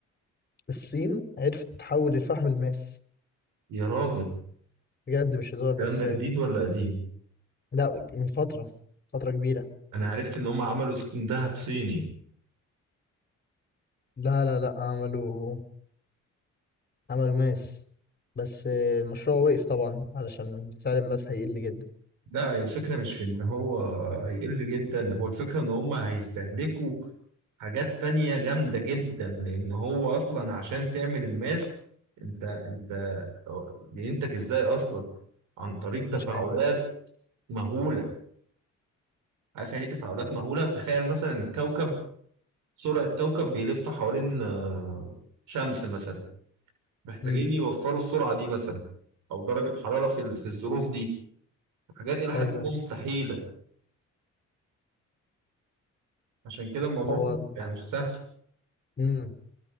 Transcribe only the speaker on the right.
يا راجل
الكلام
ده جديد ولا قديم
انا عرفت ان هم عملوا ذهب صيني
لا هي الفكرة مش في إن هو يقل جدا هو الفكرة إن هما هيستهلكوا حاجات تانية جامدة جدا لأن هو أصلا عشان تعمل الماس أنت أنت بينتج إزاي أصلا عن طريق تفاعلات
مهولة عارف يعني إيه تفاعلات مهولة تخيل مثلا الكوكب سرعة كوكب بيلف حوالين آه، شمس مثلا محتاجين
يوفروا السرعة دي مثلا أو درجة حرارة في ال- في الظروف دي حاجات إلى حد
ما
مستحيلة عشان كده الموضوع
فيه- يعني مش سهل